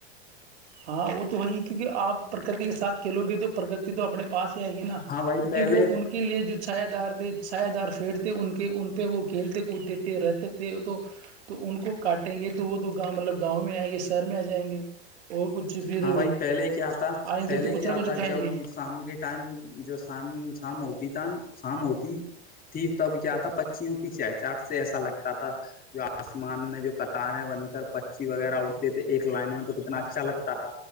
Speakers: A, on the right; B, on the left.
A: ہاں وہ تو ہے ہی کیونکہ آپ پرکتی کے ساتھ کھیلو گے تو پرکتی تو اپنے پاس آئے گی نا
B: ہاں بھائی
A: کیونکہ
B: پہلے
A: وہ ان کے لیے جو سادار ساائےدار فیڑ تھے ان کے ان پہ وہ کھیلتے کودتے تھے رہتے تھے تھے تو ان کو کاٹیں گے تو وہ تو گاں مطلب گاؤں میں آئیں گے شہر میں آ جائیں گے اور کچھ پھر
B: ہاں بھائی پہلے کیا تھا
A: آئیں
B: پہلے
A: گے تو کچھ
B: کیا
A: نہ کچھ
B: تھا
A: کھائیں
B: جب
A: گے
B: شام کے ٹائم جو شام شام ہوتی تھا شام ہوتی تھی تب کیا تھا پچیوں کی چ چاٹ سے ایسا لگتا تھا <unintelligible> جو آسمان میں جو قطاریں بن کر پچی وغیرہ اٹھتے تھے ایک لائن میں تو کتنا اچھا لگتا تھا